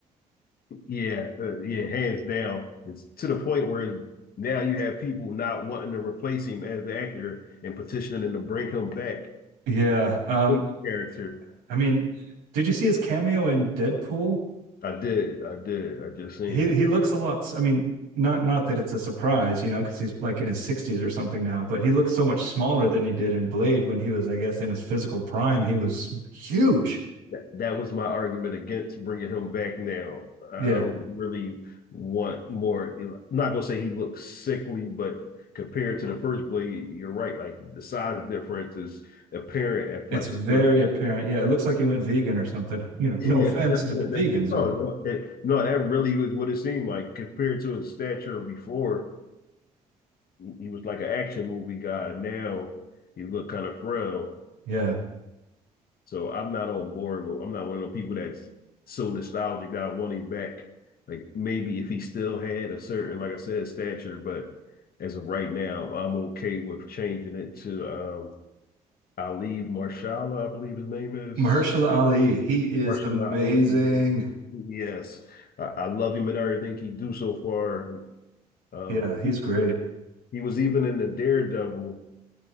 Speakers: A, on the left (about 55°); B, on the right (about 75°).
A: Yeah, uh, yeah, hands down. It's to the point where now you have people not wanting to replace him as the actor and petitioning to bring him back
B: Yeah. Um,
A: for the character.
B: I mean, did you see his cameo in Deadpool?
A: I did, I did, I just seen
B: He
A: it.
B: he looks a lot. I mean, not not that it's a surprise, you know, because he's like in his 60s or something now, but he looks so much smaller than he did in Blade when he was, I guess, in his physical prime. He was huge.
A: That, that was my argument against bringing him back now. I
B: Yeah.
A: don't really want more. I'm not gonna say he looks sickly, but compared to the first Blade, you're right. Like the size difference is apparent at
B: It's
A: like
B: very
A: the first. <laughs>
B: apparent. Yeah, it looks like he went vegan or something. You know,
A: Yeah,
B: no offense
A: that's,
B: to
A: that,
B: vegans
A: that, no,
B: or anything.
A: no, it, no, that really was what it seemed like compared to his stature before. He was like an action movie guy. Now he looked kind of frail.
B: Yeah.
A: So I'm not on board. I'm not one of the people that's so nostalgic that I want him back. Like maybe if he still had a certain, like I said, stature, but as of right now, I'm okay with changing it to um Ali Marshala, I believe his name is.
B: Mahershala Ali, he is
A: Marshala
B: amazing.
A: Ali. Yes. I, I love him and everything he do so far. Um
B: Yeah, he's great.
A: he was even in the Daredevil,